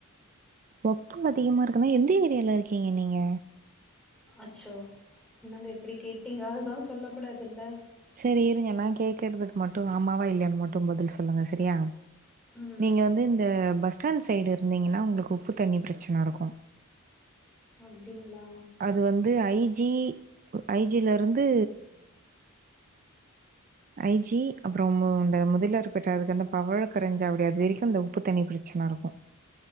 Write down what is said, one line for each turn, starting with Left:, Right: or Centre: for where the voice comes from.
Right: உப்பு அதிகமா இருக்குன்னா எந்த ஏரியால இருக்கீங்க நீங்க
Centre: அச்சோ என்னங்க இப்புடி கேட்டீங்க அதுதா சொல்ல கூடாது இல்ல
Right: சேரி இருங்க நா கேக்குறதுக்கு மட்டு ஆமாவா இல்லலையான் மட்டு பதில் சொல்லுங்க சரியா
Centre: ம்
Right: நீங்க வந்து இந்த பஸ் ஸ்டாண்ட் சைடு இருந்தீங்கன்னா உங்களுக்கு உப்பு தண்ணி பிரச்சனருக்கு
Centre: அப்டிங்களா
Right: அது வந்து ஐ ஜி ஐ ஜி லருந்து ஐ ஜி அப்பறோ இந்த முதலியார்பேட்ட அதுக்கு அந்த பவலக் கரஞ்சாவடி அது வரைக்கு இந்த உப்பு தண்ணி பிரச்சன இருக்கு